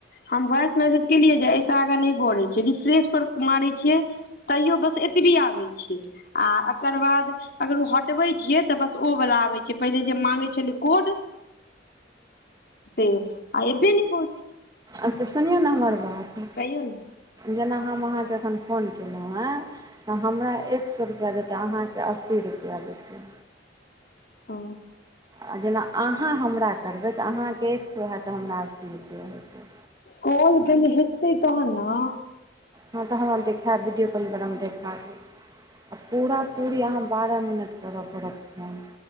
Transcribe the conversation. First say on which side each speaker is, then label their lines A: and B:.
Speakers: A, on the left (about 55°); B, on the right (about 20°).
A: हम वॉइस मैसेज केलियै जे एहि ऐसे आगाँ नय बढ़ै छैयै रिफ्रेश पर मारै छियै तैयो बस एतबी आबै छी आ एकर बाद अगर ओ हटवे छियै त बस ओ बला आबे छै पहिले जे माँंगे छलै कोड से एबे ने
B: अछ सुनियौ ने हमर बात
A: कहियौ ने
B: जेना हम अहाँके एखन फोन केलहुँ हँ त हमरा एक सए रुपैआ देतै अहाँके अस्सी रुपैया देतै
A: ओ
B: आ जेना अहाँ हमरा करबै त अहाँके एक सौ होइत हमरा अस्सी रुपैया हेतै
A: कोल पहने हतै तह ने
B: हँ त हमरा देखेब वीडियो कालिंग करब हम देखा देब आ पूरा पूरी अहाँ बारह मिनट कर पड़त फोन